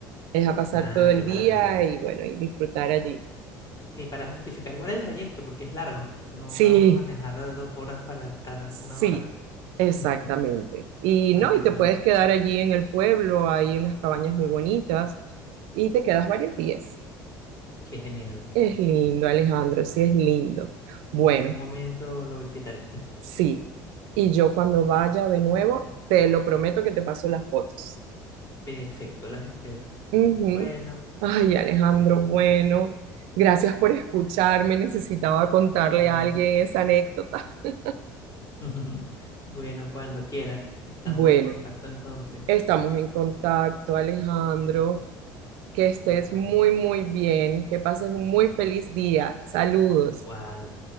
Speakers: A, on the right; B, on the left.
A: es a pasar
B: Ah,
A: todo el
B: qué maravilla.
A: día y bueno, y disfrutar allí.
B: Sí, para justificar igual el trayecto, porque es largo. No
A: Sí,
B: va uno a manejar a dos horas para estar a
A: sí,
B: una hora,
A: exactamente.
B: <laughs>
A: Y
B: básicamente.
A: no, y te puedes quedar allí en el pueblo, hay unas cabañas muy bonitas y te quedas varios días.
B: Qué genial.
A: Es lindo, Alejandro, sí es lindo. Bueno,
B: En algún momento lo visitaré. <laughs>
A: sí. Y yo cuando vaya de nuevo, te lo prometo que te paso las fotos.
B: Perfecto, las espero.
A: Ujú.
B: Bueno,
A: Ay, Alejandro, bueno, gracias por escucharme. Necesitaba contarle
B: igual.
A: a alguien esa anécdota. <laughs>
B: <laughs> Bueno, cuando quieras. Estamos
A: Bueno,
B: en contacto entonces.
A: estamos en contacto, Alejandro. Que estés
B: Bye.
A: muy, muy bien. Que pases un muy feliz día. Saludos.
B: Igual.